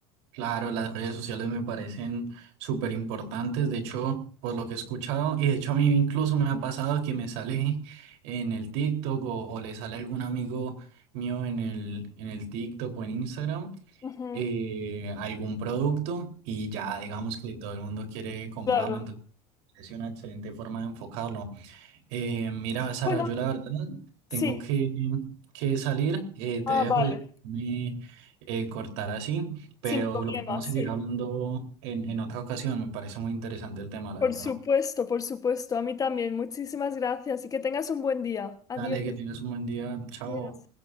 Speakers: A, on the right; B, on the left.
A: Claro, las redes sociales me parecen súper importantes, de hecho, por lo que he escuchado, y de hecho a mí incluso me ha pasado que me sale en el TikTok o, o le sale algún amigo mío en el, en el TikTok o en Instagram
B: Ujú,
A: eh, algún producto y ya digamos que todo el mundo quiere comprarlo,
B: Claro.
A: entonces es una excelente forma de enfocarlo. Eh, mira, Sara,
B: Bueno,
A: yo la verdad tengo
B: sí.
A: que, que salir. eh, te
B: Ah,
A: dejo
B: vale.
A: de me, eh, cortar así, pero
B: Sin problema,
A: lo podemos
B: sí.
A: seguir hablando en, en otra ocasión. Me parece muy interesante el tema, la
B: Por
A: verdad.
B: supuesto, por supuesto. A mí también. Muchísimas gracias y que tengas un buen día. Adiós.
A: Dale, que tienes un buen día. Chao.
B: Adiós.